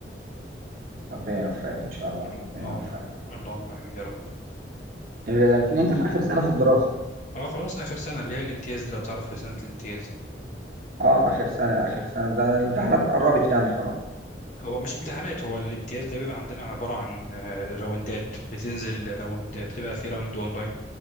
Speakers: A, on the right; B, on the left.
A: ربنا يوفقك ان شاء الله
B: اللهم
A: ربنا يوفقك
B: اللهم امين يا رب
A: إلا لكن انت في اخر سنة في الدراسة
B: اه خلاص اخر سنه اللي هي الامتياز دي لو تعرف سنه الامتياز
A: اه اخر سنة اخر سنة ده الامتحانات قربت يعني خلاص
B: هو مش امتحانات هو الامتياز ده بيبقى عندنا عبارة عن آه، راوندات بتنزل راوند بتبقى في راوند اونلاين